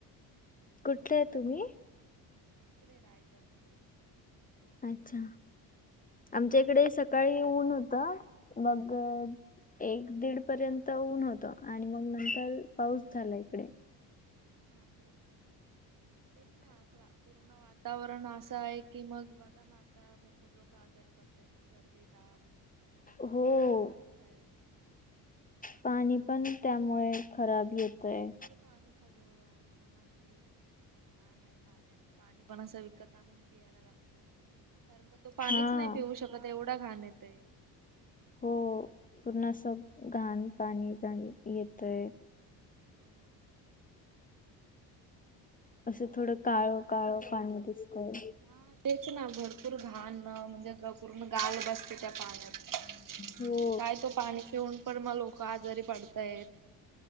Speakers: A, on the left; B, on the right.
A: कुठले आहे तुम्ही?
B: इकडे रायगड मध्येच.
A: अच्छा आमच्या इकडे स सकाळी ऊन होत, मग एक दीड पर्यंत तर ऊन होत आणि मग नंतर पाऊस झाला इकडे.
B: हा काय तेच ना क्ला पुर्ण वातावरण, वातावरण असं आहे कि मग बघा ना आता भरपूर लोक आ आजारी पडतायत सर्दी, ताप, खोकला
A: हो
B: वगैरे चालूच आहे.
A: पाणी पण त्यामुळे खराब येतय.
B: पाणी गढुळ पुर्ण अस हे हा नाही पाण्यात पाणी पण असं विकत आणून पियायला लागतय कारण का तो पाणीच
A: हा
B: नाही पिऊ शकत एवढ घाण येतय.
A: हो पूर्ण अस घाण पाणी जाणी येतय.
B: हो ना.
A: असं थोडं काळं काळं पाणी दिसतय.
B: हा तेच ना भरपूर घाण म्हणजे ग पूर्ण गाळ बसते त्या पाण्यात
A: हो
B: काय तो पाणी पिऊन पण मग लोक लोक आजारी पडतायत.